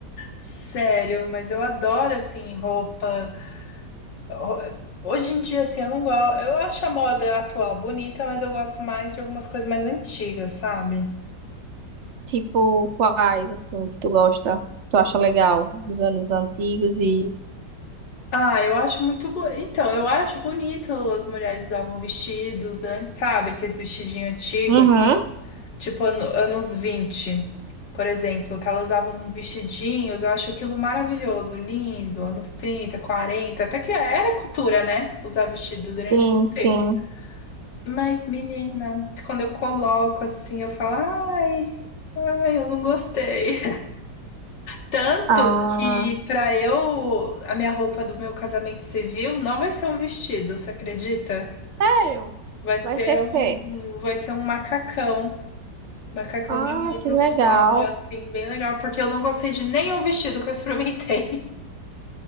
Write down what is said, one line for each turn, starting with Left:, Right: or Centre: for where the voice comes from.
Left: Sério, mas eu adoro assim, roupa. Ho- Hoje em dia, assim, eu não gosto. Eu acho a moda atual bonita, mas eu gosto mais de algumas coisas mais antigas, sabe?
Right: Tipo, quais, assim, que tu gosta, tu acha legal? Dos anos antigos e.
Left: Ah, eu acho muito bo... Então, eu acho bonito as mulheres usavam vestidos antes, sabe? Aqueles vestidinhos antigos,
Right: Uhum.
Left: assim, tipo ano- anos 20 por exemplo, que elas usavam vestidinhos, eu acho aquilo maravilhoso, lindo, anos 30 40 até que era cultura, né? Usar vestido durante
Right: Sim,
Left: muito
Right: sim.
Left: tempo. Mas, menina, quando eu coloco assim, eu falo, ai, ai, eu não gostei. Tanto
Right: Ah,
Left: que pra eu, a minha roupa do meu casamento civil não vai ser um vestido, você acredita?
Right: sério?
Left: Vai ser
Right: Vai ser o
Left: um,
Right: quê?
Left: vai ser um macacão. Macacão
Right: Ah,
Left: de um ombro
Right: que legal.
Left: só, assim, bem legal, porque eu não gostei de nenhum vestido que eu experimentei.